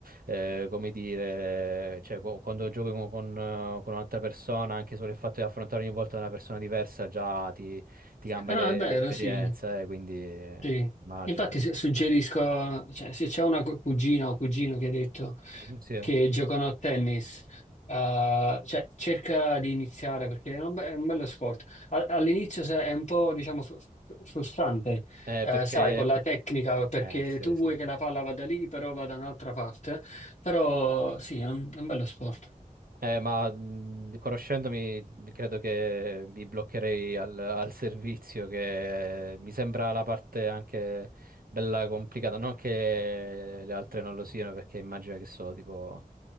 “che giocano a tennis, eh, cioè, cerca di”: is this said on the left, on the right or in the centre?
Left